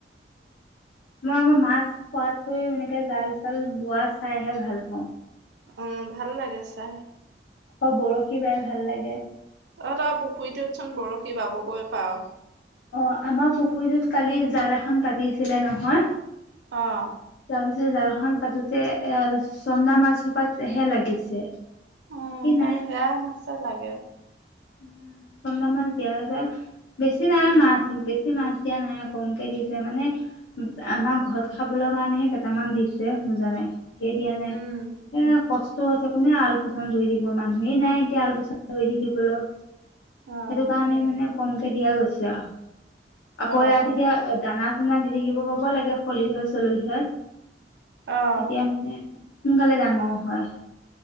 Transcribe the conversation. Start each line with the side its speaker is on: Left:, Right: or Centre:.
Left: মই আকৌ মাছ খোৱাতক এনেকে জাল চাল বোৱা চাইহে ভাল পাওঁ।
Right: উম, ভাল লাগে ছাৰ।
Left: আকৌ বৰশী বাই ভাল লাগে।
Right: তহঁতৰ আৰু পুখুৰীটোতচোন বৰশী বাবগৈ পাওঁ।
Left: অ', আমাৰ পুখুৰীটোত কালি জাল এখন পাতিছিলে নহয়।
Right: অ'।
Left: তাৰ পিছত জালখন পাতোতে এ, চন্দা মাছ সোপাতহে লাগিছে।
Right: উম,
Left: বাকী
Right: সে
Left: নাই।
Right: সেয়া মাছছে লাগে।
Left: উম, চধা মাছ দিয়া যায় যে। বেছি নাই
Right: উম,
Left: মাছ, বেছি মাছ এতিয়া নাই কমকে দিছে মানে আমাৰ ঘৰত খাবলৈ কাৰণেহে কেইটামান দিছে বুজা নাই। সেই দিয়া নাই
Right: উম,
Left: এ কষ্ট আছে কোনে আলপুচান ধৰি থাকিব মানুহে নাই এতিয়া আলপুচান ধৰি থাকিবলৈ <inaudible>
Right: অ',
Left: সেইটো কাৰণে মানে কমকে দিয়া গৈছে আৰু আকৌ
Right: অ',
Left: ইয়াত এতিয়া দানা নাই দি থাকিব কব লাগে সলিহ, চলহীয়াৰ তেতিয়া
Right: অ',
Left: মানে সোনকালে ডাঙৰ হয়।